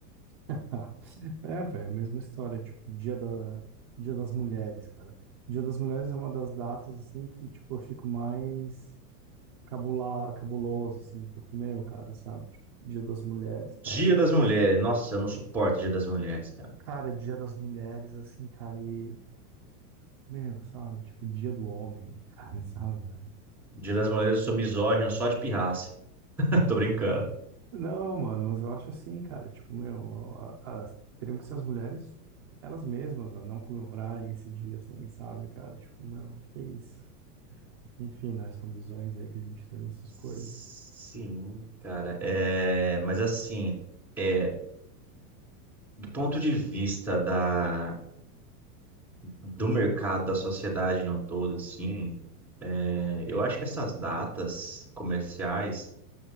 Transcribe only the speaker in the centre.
Dia
das
mulheres.
Nossa, eu não suporto dia das mulheres, cara.
Dia das mulheres eu sou misógino só de pirraça. <laughs> Tô brincando.
Sim,
cara. É, mas assim, é, do ponto de vista da, do mercado, da sociedade no todo, assim, é, eu acho que essas datas comerciais,